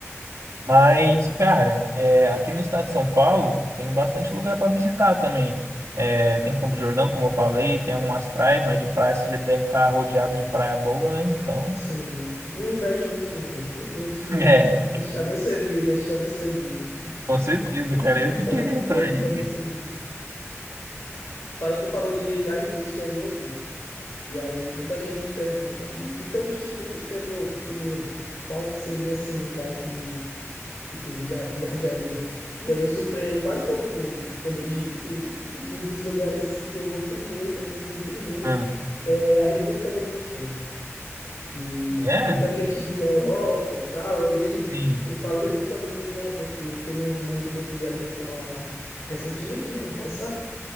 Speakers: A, on the right; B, on the left.
A: Mas, cara, é, aqui no estado de São Paulo tem bastante lugar para visitar também. É, tem Campo Jordão, como eu falei, tem algumas praias, mas de praia você já deve estar rodeado de praia boa, né? Então,
B: Sim, não invejo muito não. Aqui a gente tem,
A: <laughs> é,
B: a gente tá bem servido, a gente tá bem servido.
A: com certeza, cara.
B: De
A: Eu
B: pra,
A: que queria
B: de pra
A: estar
B: a gente
A: aí.
B: tá bem servido. Fala, tu falou de viagem pro exterior, pô. E aí muita gente me pergunta, e, e teu destino pro exterior, primeiro? Qual que seria assim um lugar que que tu via- viajaria? E aí eu surpreendo quase todo mundo quando eu digo que um dos lugares que eu vou primeiro, que eu penso em primeiro,
A: Ah,
B: é a República Dominicana. que
A: é?
B: muita gente diz é Europa e tal, aí <laughs>
A: Sim.
B: eu falo República Dominicana porque teve um amigo meu que viajou para lá recentemente, né, ano passado,